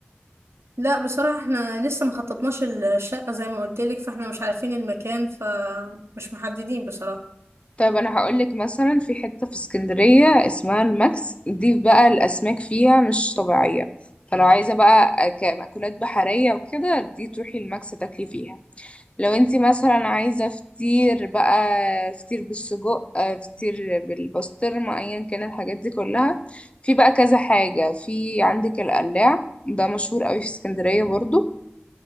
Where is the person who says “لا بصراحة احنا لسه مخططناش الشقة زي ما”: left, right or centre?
Right